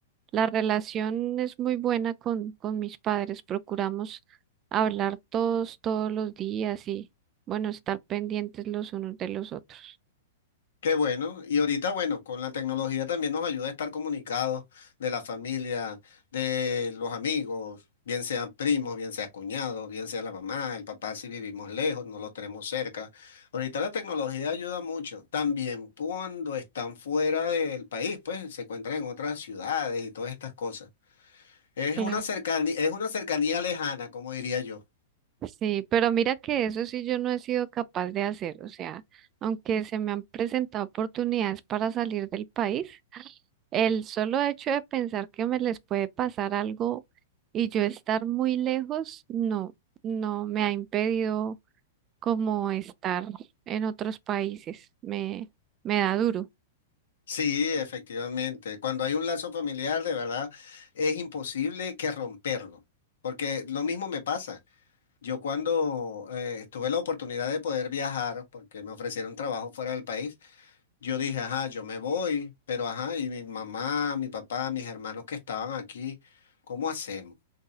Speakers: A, on the right; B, on the left.
A: la relación es muy buena con, con mis padres. Procuramos hablar todos, todos los días y, bueno, estar pendientes los unos de los otros.
B: Qué bueno. Y ahorita, bueno, con la tecnología también nos ayuda a estar comunicados de la familia, de los amigos, bien sean primos, bien sea cuñados, bien sea la mamá, el papá, si vivimos lejos, no los tenemos cerca. Ahorita la tecnología ayuda mucho. También cuando están fuera del país, pues se encuentran en otras ciudades y todas estas cosas. Es
A: Claro.
B: una cercanía, es una cercanía lejana, como diría yo.
A: Sí, pero mira que eso sí yo no he sido capaz de hacer, o sea, aunque se me han presentado oportunidades para salir del país, el solo hecho de pensar que me les puede pasar algo y yo estar muy lejos, no, no me ha impedido como estar en otros países, me, me da duro,
B: Sí, efectivamente. Cuando hay un lazo familiar, de verdad, es imposible que romperlo, porque lo mismo me pasa. Yo cuando eh, tuve la oportunidad de poder viajar, porque me ofrecieron trabajo fuera del país, yo dije, ajá, yo me voy, pero ajá, y mi mamá, mi papá, mis hermanos que estaban aquí, ¿cómo hacemos?